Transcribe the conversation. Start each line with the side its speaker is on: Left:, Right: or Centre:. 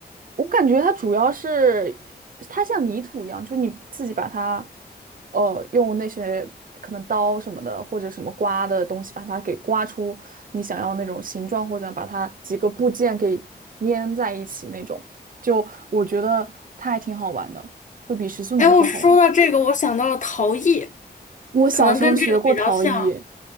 Right: 我感觉它主要是它像泥土一样，就是你自己把它，呃，用那些可能刀什么的或者什么刮的东西把它给刮出你想要那种形状，或者把它几个部件给粘在一起那种。就我觉得它还挺好玩的，会比时速粘土好玩。
Left: 哎，我说到这个，我想到了陶艺，
Right: 我小时候学过陶艺，
Left: 可能跟这个比较像。